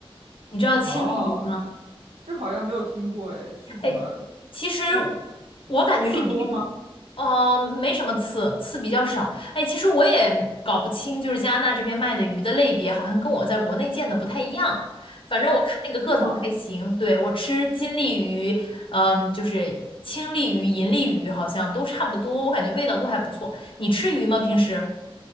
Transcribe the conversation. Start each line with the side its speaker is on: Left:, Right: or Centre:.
Left: 你知道青鲤鱼吗？
Right: 哦，这好像没有听过，哎，是怎么，
Left: 哎，其实
Right: 是
Left: 我感觉这些，
Right: 刺多吗？
Left: 嗯、没什么刺，刺比较少。哎，其实我也搞不清，就是加拿大这边卖的鱼的类别，好像跟我在国内见的不太一样。反正我看那个个头还行，
Right: 是吗？
Left: 对，我吃金鲤鱼，嗯、就是青鲤鱼、银鲤鱼，好像都差不多，我感觉味道都还不错。你吃鱼吗？平时？